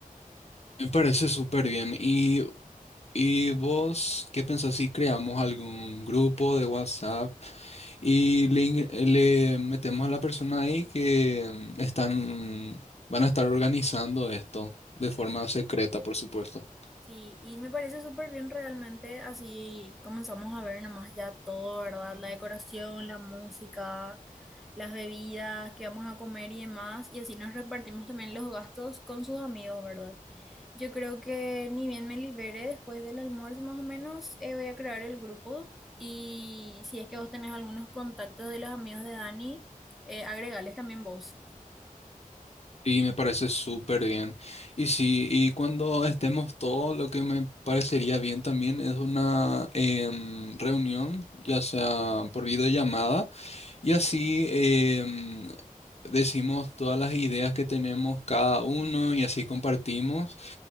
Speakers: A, on the left (about 45°); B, in the centre.
A: Me parece súper bien. ¿Y ¿Y vos qué pensás si creamos algún grupo de WhatsApp y le, ing- le metemos a la persona ahí que mm, están, van a estar organizando esto? de forma secreta, por supuesto.
B: Sí, y me parece súper bien realmente, así comenzamos a ver nomás ya todo, ¿verdad? La decoración, la música, las bebidas qué vamos a comer y demás, y así nos repartimos también los gastos con sus amigos, ¿verdad? Yo creo que ni bien me libere después del almuerzo, más o menos, eh, voy a crear el grupo y si es que vos tenés algunos contactos de los amigos de Dani, eh, agregales también vos.
A: Y me parece súper bien. Y sí, y cuando estemos todos, lo que me parecería bien también es una em, reunión, ya sea por videollamada. Y así em, decimos todas las ideas que tenemos cada uno y así compartimos.